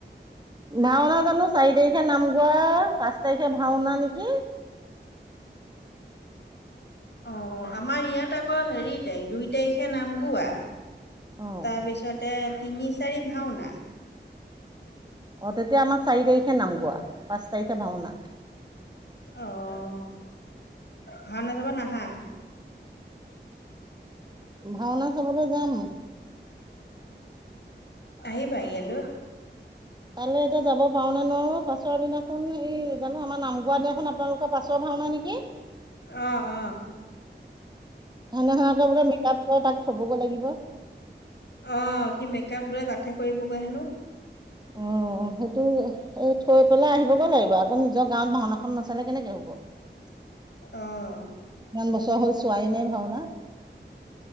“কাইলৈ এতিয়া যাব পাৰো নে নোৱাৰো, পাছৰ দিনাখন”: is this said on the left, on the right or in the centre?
Right